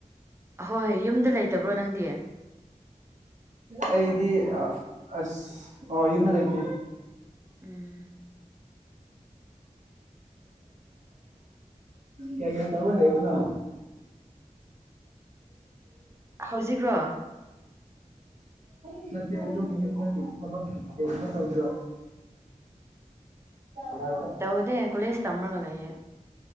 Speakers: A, on the right; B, on the right.
A: ꯑꯍꯣꯏ ꯌꯨꯝꯗ ꯂꯩꯇꯕ꯭ꯔꯣ ꯅꯪꯗꯤ
B: ꯑꯩꯗꯤ ꯑꯁ ꯑꯣꯏꯅ ꯂꯩꯇꯦ
A: ꯎꯝ
B: ꯀꯩ ꯇꯧꯕꯥ ꯂꯩꯕꯅꯣ
A: ꯍꯧꯖꯤꯛꯔꯣ
B: ꯎ ꯅꯠꯇꯦ ꯑꯗꯨꯝ ꯌꯨꯝꯒꯤ ꯊꯕꯛꯇ ꯀꯩꯃ ꯇꯧꯗ꯭ꯔꯣ ꯌꯔꯕꯣ
A: ꯇꯎꯗꯦ ꯀꯂ ꯏꯁ ꯇꯝꯒ ꯂꯩꯦ